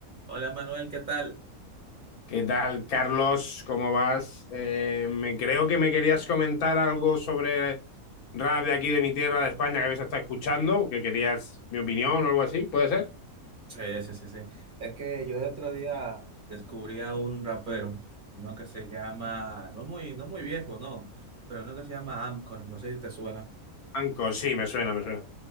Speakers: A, on the right; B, on the left.
A: Hola Manuel, ¿qué tal?
B: ¿Qué tal, Carlos? ¿Cómo vas? Eh, me creo que me querías comentar algo sobre rap de aquí de mi tierra, de España, que habéis estado escuchando, que querías mi opinión o algo así, ¿puede ser?
A: Sí, sí, sí, sí. Es que yo el otro día descubrí a un rapero, uno que se llama, no muy, no muy viejo, no, pero uno que se llama Amcor, no sé si te suena.
B: Anchor, sí, me suena, me suena.